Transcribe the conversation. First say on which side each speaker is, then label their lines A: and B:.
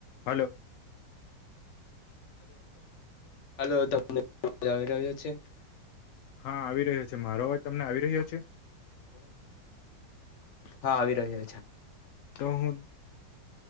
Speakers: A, on the left; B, on the left.
A: Hello. <inaudible>
B: Hello તમને મ આવી રહ્યો છે.
A: હા આવી રહ્યો છે. મારો અવાજ તમને આવી રહ્યો છે?
B: બરોબ હા આવી રહ્યો છે.
A: તો હું